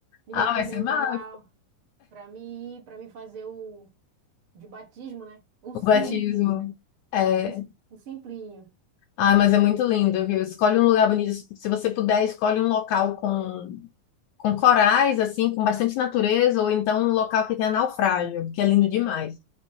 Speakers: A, on the right (about 50°); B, on the left (about 75°).
A: me
B: Ah,
A: recomendar
B: vai ser massa.
A: lá pra mim ir, para mim fazer o de batismo, né? O
B: O
A: simples,
B: batismo.
A: né?
B: É...
A: O de, o simplinho.
B: Ah, mas é muito lindo, viu? Escolhe um lugar bonito. Se você puder, escolhe um local com, com corais, assim, com bastante natureza, ou então um local que tenha naufrágio, que é lindo demais.